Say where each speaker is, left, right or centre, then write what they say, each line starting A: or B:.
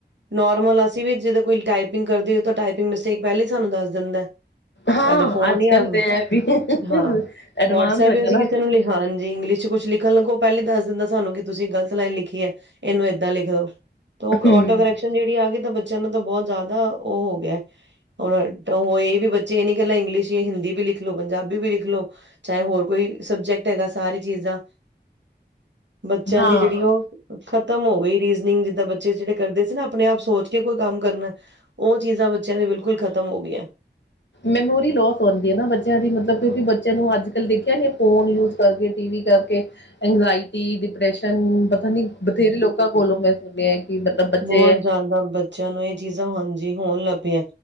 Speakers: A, on the right; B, on the left.
A: ਨੋਰਮਲ ਅਸੀ ਵੀ ਜਿਦਾ ਕੋਈ ਟਾਈਪਿੰਗ ਕਰਦੇ ਔ ਤਾਂ ਟਾਈਪਿੰਗ ਮਿਸਟੇਕ ਪਹਲੇ ਈ ਸਾਨੂੰ ਦੱਸ ਦਿੰਦਾ ਐ।
B: ਹਾਂ
A: ਸਾਡਾ ਫੋਨ
B: ਅੱਜ
A: ਹੀ ਆ
B: ਕੱਲ ਤੇ ਇਹ ਵੀ
A: ਹਾਂ
B: ਐਡਵਾਂਸ
A: ਵਟਸਐਪ
B: ਹੈਗਾ
A: ਵੀ ਅਸੀ ਕਿਸੇ
B: ਨਾ
A: ਨੂੰ ਲਿਖਾਂ ਹਾਂਜੀ ਇੰਗਲਿਸ਼ ਚ ਕੁਛ ਲਿਖਣ ਲਗੋ ਪਹਲੇ ਦਸ ਦਿੰਦਾ ਸਾਨੂੰ ਕਿ ਤੁਸੀ ਗਲਤ ਲਾਈਨ ਲਿਖੀ ਹੈ ਏਨੂੰ ਏਦਾਂ ਲਿਖ ਦੋ। ਤੋ ਓ
B: ਹਮ
A: ਓਟੋ ਕਰੈਕਸ਼ਨ ਜਿਹੜੀ ਆਗੀ ਤਾਂ ਬੱਚਿਆ ਨੂੰ ਤਾਂ ਬੋਤ ਜ਼ਿਆਦਾ ਓਹ ਹੋ ਗਆ ਹੈ। ਔਰ ਹੋ ਇਹ ਵੀ ਬੱਚੇ ਇਹ ਨੀ ਕਲਾ ਇੰਗਲਿਸ਼ ਈ ਏ ਹਿੰਦੀ ਵੀ ਲਿਖ ਲੋ ਪੰਜਾਬੀ ਵੀ ਲਿਖ ਲੋ ਚਾਹੇ ਹੋਰ ਕੋਈ ਸਬਜੈਕਟ ਹੈਗਾ ਸਾਰੀ ਚੀਜ਼ਾਂ ਬੱਚਿਆਂ
B: ਹਾਂ
A: ਦੀ ਜੇੜੀ ਓ ਖ਼ਤਮ ਹੋ ਗਈ ਰੀਜ਼ਨਿੰਗ ਜਿੱਦਾਂ ਬੱਚੇ ਜਿਹੜੇ ਕਰਦੇ ਸੀ ਨਾ ਆਪਣੇ ਆਪ ਸੋਚ ਕੇ ਕੋਈ ਕੰਮ ਕਰਨਾ ਉਹ ਚੀਜ਼ਾਂ ਬੱਚਿਆਂ ਦੇ ਬਿਲਕੁਲ ਖਤਮ ਹੋ ਗਈਆਂ।
B: ਮੈਮੋਰੀ ਲੋਸ ਹੋਂਦੀ ਏ ਨਾ ਬੱਚੇਆਂ ਦੀ ਮਤਲਬ ਕਿਉਂਕਿ ਬੱਚੇਆਂ ਨੂੰ ਅੱਜ ਕੱਲ੍ਹ ਦੇਖਿਆ ਨੀ ਫੋਨ ਯੂਜ ਕਰਕੇ ਟੀ ਵੀ ਕਰਕੇ ਇੰਗਜ਼ਾਇਟੀ ਡਿਪ੍ਰੈਸ਼ਨ ਪਤਾ ਨੀ ਬਥੇਰੇ ਲੋਕਾਂ ਕੋਲੋਂ ਮੈਂ ਸੁਣਿਆ ਐ ਕਿ ਬੱਚੇ
A: ਬੋਤ ਜਾਦਾ ਬੱਚਿਆਂ ਨੂੰ ਏਹ ਚੀਜ਼ਾਂ ਹਾਂਜੀ ਹੋਣ ਲੱਗ ਪੇਆ।